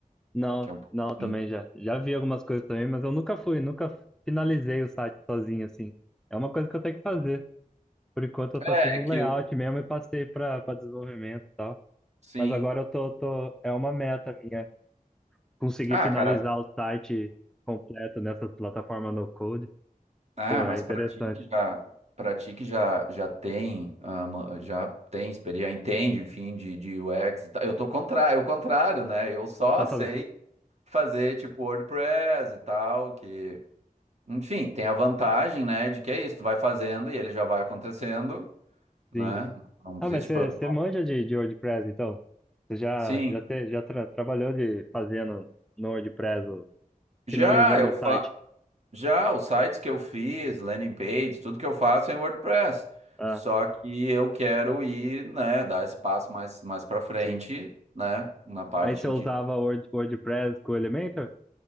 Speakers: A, in the centre; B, on the right.
A: Não,
B: que é um pouquinho.
A: não, também já. Já vi algumas coisas também, mas eu nunca fui, nunca finalizei o site sozinho, assim. É uma coisa que eu tenho que fazer. Por enquanto, eu só
B: É,
A: fiz o
B: é que
A: layout
B: o-
A: mesmo e passei para para desenvolvimento e tal.
B: sim.
A: Mas agora eu tô, tô, é uma meta minha, conseguir
B: Ah,
A: finalizar
B: cara,
A: o site completo nessas plataformas no code.
B: ah,
A: Pô,
B: mas
A: é interessante.
B: para ti que já para ti que já já tem ah, ma- já tem experiência, entende, enfim, de, de UX, e tal. eu tô contra, é o contrário, né? Eu só
A: Tá
B: sei
A: fazendo. <laughs>
B: fazer tipo WordPress e tal, que, enfim, tem a vantagem, né, de que é isso, tu vai fazendo e ele já vai acontecendo, né?
A: Sim.
B: Não
A: Ah,
B: existe
A: mas você
B: pro...
A: você manja de, de WordPress, então? Você já,
B: Sim.
A: já, te, já tra- trabalhou de fazendo no WordPress, o-
B: Já
A: finalizando
B: eu
A: o
B: fa...
A: site?
B: já os sites que eu fiz, landing pages, tudo que eu faço é em WordPress.
A: Ah,
B: Só que eu quero ir, né, dar espaço mais mais para frente,
A: sim.
B: né, na parte
A: Aí você
B: de
A: usava Word, WordPress com o Elementor?